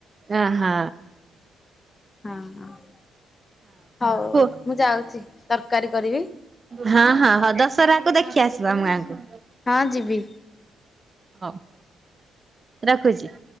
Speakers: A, on the right (about 30°); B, on the left (about 30°).
A: ଅ ହ।
B: ହଁ ହଁ ହଉ
A: ହଁ
B: ମୁଁ ଯାଉଚି ତରକାରୀ କରିବି?
A: ହଁ ହଁ ହଉ ଦଶହରାକୁ ଦେଖି ଆସିବ ଆମ ଗାଁକୁ।
B: ହଁ ଯିବି।
A: ହଉ ରଖୁଚି?